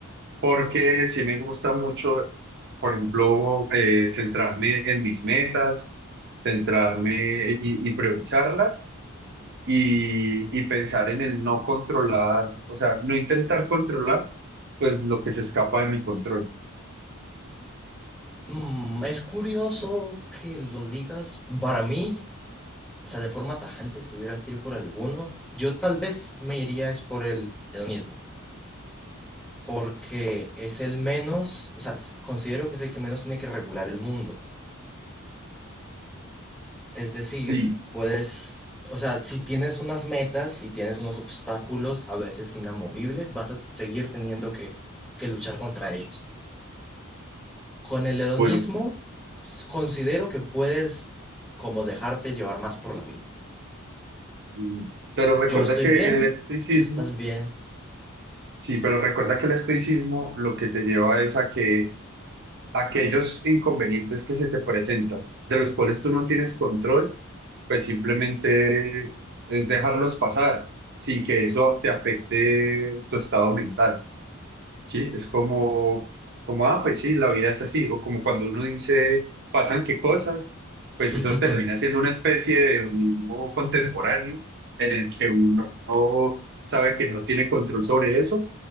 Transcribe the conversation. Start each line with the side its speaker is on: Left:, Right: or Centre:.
Right: Porque sí me gusta mucho, por ejemplo, eh, centrarme en mis metas, centrarme y, y priorizarlas y, y pensar en el no controlar, o sea, no intentar controlar, pues lo que se escapa de mi control.
Centre: Mm, es curioso que lo digas. Para mí, o sea, de forma tajante, si tuviera que ir por alguno, yo tal vez me iría es por el hedonismo, porque es el menos, o sea, s- considero que es el que menos tiene que regular el mundo. Es decir,
Right: Sí,
Centre: puedes, o sea, si tienes unas metas, si tienes unos obstáculos a veces inamovibles, vas a seguir teniendo que, que luchar contra ellos. Con el hedonismo
Right: bueno,
Centre: s- considero que puedes como dejarte llevar más por la vida.
Right: mm, pero recuerda
Centre: Yo estoy
Right: que
Centre: bien,
Right: el estoicismo,
Centre: tú estás bien.
Right: sí, pero recuerda que el estoicismo lo que te lleva es a que aquellos inconvenientes que se te presentan, de los cuales tú no tienes control, pues simplemente es dejarlos pasar sin que eso te afecte tu estado mental, ¿sí? Es como, como, ah, pues sí, la vida es así, o como cuando uno dice, pasan qué cosas, pues
Centre: <laughs>
Right: eso termina siendo una especie de hedonismo contemporáneo en el que uno sabe que no tiene control sobre eso